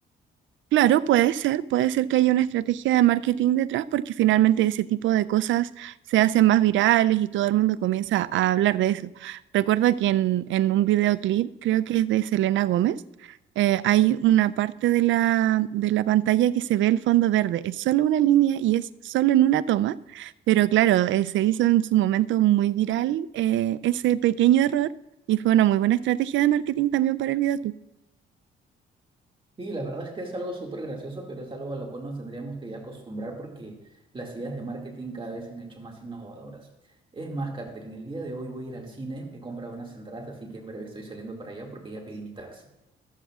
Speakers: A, on the right; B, on the right.
A: Claro, puede ser, puede ser que haya una estrategia de marketing detrás porque finalmente ese tipo de cosas se hacen más virales y todo el mundo comienza a hablar de eso. Recuerdo que en, en un videoclip, creo que es de Selena Gómez, eh, hay una parte de la, de la pantalla que se ve el fondo verde. Es solo una línea y es solo en una toma, pero claro, eh, se hizo en su momento muy viral eh, ese pequeño error y fue una muy buena estrategia de marketing también para el videoclip.
B: Sí, la verdad es que es algo súper gracioso, pero es algo a lo cual nos tendríamos que ya acostumbrar porque las ideas de marketing cada vez se han hecho más innovadoras. Es más, Catherine, el día de hoy voy a ir al cine, he comprado unas entradas, así que en breve estoy saliendo para allá porque ya pedí mi taxi.